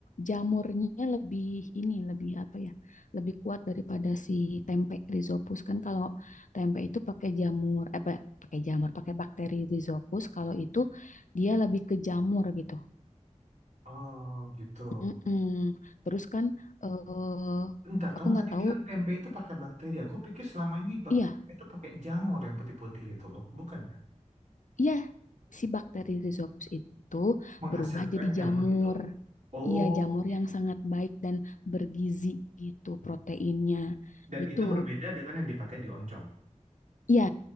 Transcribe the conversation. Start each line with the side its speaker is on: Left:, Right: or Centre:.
Left: jamurnya lebih ini lebih apa ya lebih kuat daripada si tempe rizopus kan kalau tempe itu pakai jamur eh, apa pakai jamur pakai bakteri rizopus kalau itu dia lebih ke jamur gitu
Right: Oh, gitu.
Left: Mm-mm. terus kan eh
Right: Bentar,
Left: aku
Right: kamu
Left: nggak
Right: tadi
Left: tahu
Right: bilang tempe itu pakai bakteri. Aku pikir selama ini bak-
Left: iya
Right: itu pakai jamur yang putih-putih itu loh, bukan ya?
Left: iya si bakteri rizopus itu
Right: Menghasilkan
Left: berubah jadi
Right: jamur
Left: jamur
Right: itu. Oh,
Left: iya jamur
Right: gitu.
Left: yang sangat baik dan bergizi gitu proteinnya
Right: Dan
Left: gitu
Right: itu berbeda dengan yang dipakai di oncom.
Left: Iya,